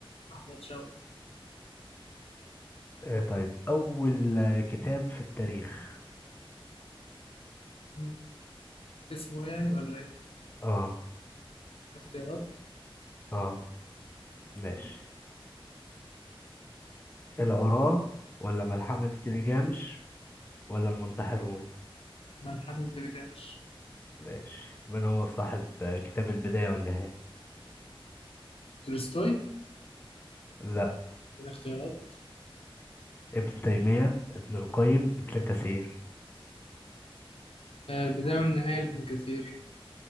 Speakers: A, on the left; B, on the left.
A: أحمد شوقي
B: آه طيب أول آه، كتاب في التاريخ
A: مم. اسمه يعني ولا ايه
B: اه
A: الاختيارات
B: اه ماشي العراة ولا ملحمة جلجامش ولا المنتحرون
A: ملحمة جلجامش
B: ماشي من هو صاحب آه، كتاب البداية والنهاية
A: تولستوي
B: لا
A: دي الاختيارات
B: ابن تيمية ابن القيم ابن كثير
A: آه البدايه والنهايه لابن كثير